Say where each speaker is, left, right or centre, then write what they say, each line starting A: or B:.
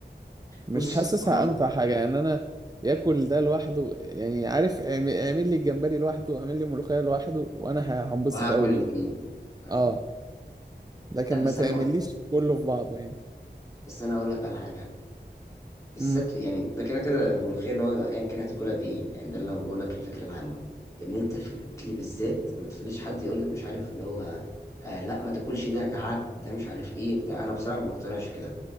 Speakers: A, on the right; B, on the left.
A: مش
B: بص
A: حاسسها
B: انا
A: امتع حاجه يعني انا ياكل ده لوحده يعني عارف اعم- اعمل لي الجمبري لوحده اعمل لي ملوخيه لوحده وانا ه- هنبسط
B: وهاكل
A: قوي
B: الاتنين
A: بيه
B: اه
A: اه لكن
B: لا
A: ما
B: بس
A: تعمليش
B: انا هقول
A: كله في بعضه يعني
B: بس انا هقول لك على حاجه بالذات
A: امم
B: يعني ده كده كده الملوخيه اللي هو ايا كان هتاكلها بايه يعني ده اللي انا بقول لك الفكره العامه ان انت في الاكل بالذات ما تخليش حد يقول لك مش عارف اللي هو آه لا ما تاكلش ده ده عك ده مش عارف ايه بتاع انا بصراحه ما بقتنعش كده